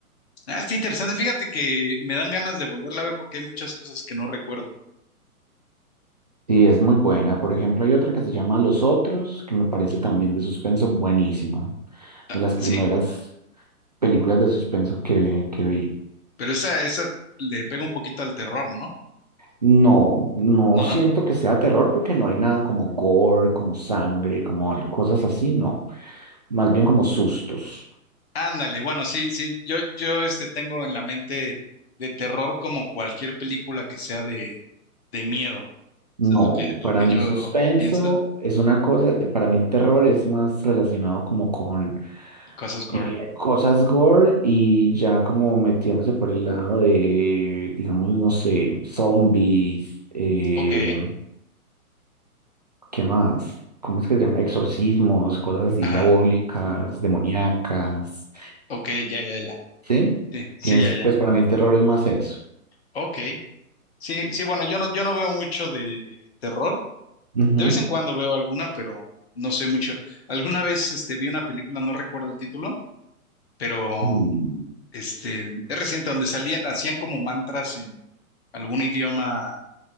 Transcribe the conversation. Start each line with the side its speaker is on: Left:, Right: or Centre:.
Left: Ah, está interesante. Fíjate que me dan ganas de volverla a ver porque hay muchas cosas que no recuerdo.
Right: Sí, es muy buena. Por ejemplo, hay otra que se llama Los Otros, que me parece también de suspenso buenísima.
Left: Ah,
Right: De las primeras
Left: Sí,
Right: películas de suspenso que, que vi.
Left: pero esa, esa le pega un poquito al terror, ¿no?
Right: No, no
Left: ¿No?
Right: siento que sea terror porque no hay nada como gore, como sangre, como al- cosas así, no. Más bien como sustos.
Left: Ándale, bueno, sí, sí, yo, yo este, tengo en la mente de terror como cualquier película que sea de, de miedo.
Right: No,
Left: Eso es lo que, lo
Right: para
Left: que
Right: mí
Left: yo
Right: suspenso
Left: pienso.
Right: es una cosa, para mí el terror es más relacionado como con
Left: Cosas gore.
Right: eh, cosas gore y ya como metiéndose por el lado de, digamos, no sé, zombies, eh,
Left: Ok,
Right: ¿qué más? ¿Cómo es que se llama? Exorcismos, cosas así
Left: ajá,
Right: diabólicas, demoníacas,
Left: ok, ya, ya, ya.
Right: ¿sí?
Left: Sí, sí,
Right: Pienso,
Left: ya, ya.
Right: pues para mí el terror es más eso.
Left: Ok. Sí, sí, bueno, yo no, yo no veo mucho de terror.
Right: Ujú,
Left: De vez en cuando veo alguna, pero no soy mucho. Alguna vez este, vi una película, no recuerdo el título, pero
Right: ujú,
Left: mm, este, es reciente, donde salían, hacían como mantras en algún idioma